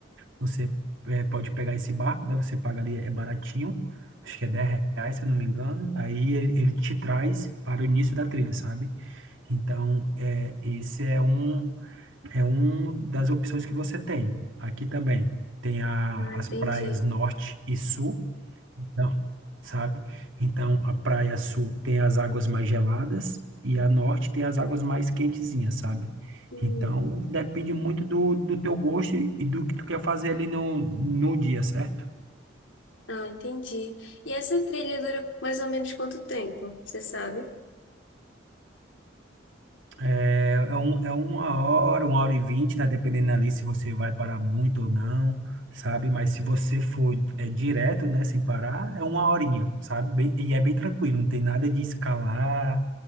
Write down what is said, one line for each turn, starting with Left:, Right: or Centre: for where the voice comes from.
Right: você é, pode pegar esse barco, né? Você paga ali, é baratinho, acho que é 10 reais, se eu não me engano. Aí ele, ele te traz para o início da trilha, sabe? Então, é, esse é um, é um das opções que você tem. Aqui também tem a,
Left: Ah,
Right: as
Left: entendi.
Right: praias norte e sul, então, sabe? Então, a praia sul tem as águas mais geladas e a norte tem as águas mais quentezinhas, sabe?
Left: Hum.
Right: Então, depende muito do, do teu gosto e e do que tu quer fazer ali no, no dia, certo?
Left: Ah, entendi. E essa trilha dura mais ou menos quanto tempo, você sabe?
Right: É, é, um, é uma hora, uma hora e vinte, né? Dependendo ali se você vai parar muito ou não, sabe? Mas se você for é, direto, né? Sem parar, é uma horinha, sabe? Bem- e é bem tranquilo, não tem nada de escalar,